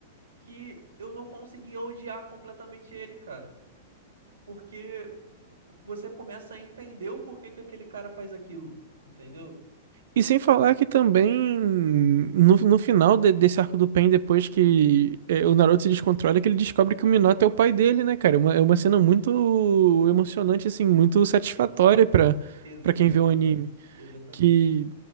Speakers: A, on the right; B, on the right.
A: que eu não conseguia odiar completamente ele, cara. Porque você começa a entender o porquê que aquele cara faz aquilo, entendeu?
B: E sem falar que também no, no final de- desse arco do Pain, depois que é, o Naruto se descontrola, é que ele descobre que o Minato é o pai dele, né, cara? É uma, é uma cena muito emocionante, assim, muito satisfatória pra,
A: Exatamente.
B: pra quem vê o anime.
A: Exatamente.
B: Que